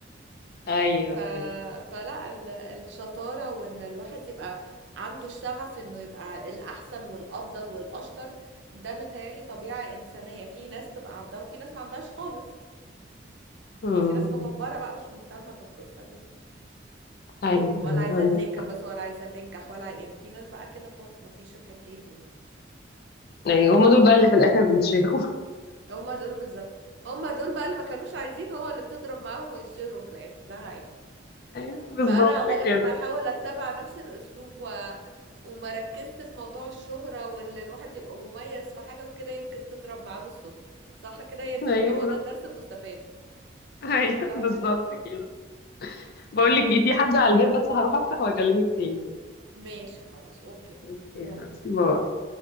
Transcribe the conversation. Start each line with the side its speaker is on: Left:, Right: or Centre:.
Left: ايوه
Right: ف...
Left: ايوه
Right: فلا ال... الشطارة وإن الواحد يبقى عنده الشغف إنه يبقى الأحسن والأفضل والأشطر ده متهيألي طبيعة إنسانية في ناس تبقى عندها وفي ناس ما عندهاش خالص
Left: مم،
Right: يعني في ناس مكبرة
Left: مم.
Right: بقى مش مهتمة بالقصة دي
Left: ايوه
Right: ولا
Left: ايوه
Right: عايزة
Left: عندك
Right: تذاكر
Left: حق
Right: مثلا ولا عايزة تنجح ولا يعني في ناس بقى كده خالص ما فيش الحتة دي يعني
Left: ايوه هم دول بقى اللي في الاخر بيتشهروا
Right: هما دول بالظبط هما دول بقى اللي ما كانوش عايزين هو اللي بتضرب معاهم ويتشهروا في الآخر ده حقيقي
Left: <laughs> ايوه بالظبط
Right: فأنا غالبا
Left: كده
Right: أحاول أتبع نفس الأسلوب و... وما ركزت في موضوع الشهرة واللي الواحد يبقى مميز في حاجة وكده يمكن تضرب معاه بالصدفة صح كده هي دي
Left: ايوه
Right: هو ده الدرس المستفاد
Left: ايوه
Right: صح
Left: بالظبط
Right: كده
Left: كده بقول لك ايه في حد على الباب بس هروح افتح واكلمك تاني
Right: ماشي خلاص أوكي
Left: اوكي،
Right: باي
Left: هاتي، باي